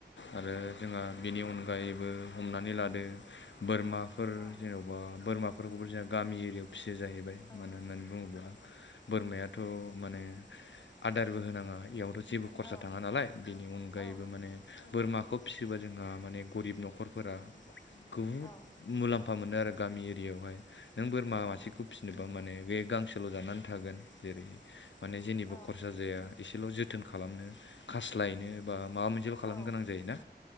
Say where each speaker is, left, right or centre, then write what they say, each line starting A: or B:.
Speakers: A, on the left; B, on the left.
A: आरो
B: औ
A: जोंहा बेनि अनगायैबो हमनानै लादो बोरमाफोर
B: औ
A: जेन'बा बोरमाफोरखौबो जोंहा गामि एरियायाव फियो जाहैबाय
B: औ
A: मानो होननानै बुङोब्ला बोरमायाथ' माने आदारबो होनाङा। बेयावथ' जेबो खरसा
B: औ
A: थाङा नालाय बेनि अनगायैबो
B: औ नंगौ
A: माने बोरमाखौ फिसिबा जोंहा माने गरिब न'खरफोरा गुहुद
B: औ
A: मुलाम्फा मोनो आरो। गामि एरिया यावहाय नों बोरमा
B: औ
A: मासेखौ फिसिनोबा माने बे गांसोल' जानानै थागोन जेरै माने जेनिबो
B: औ
A: खरसा जाया। एसेल' जोथोन खालामनो खास्लायनो बा माबा मोनसेल' खालामनो
B: औ
A: गोनां जायोना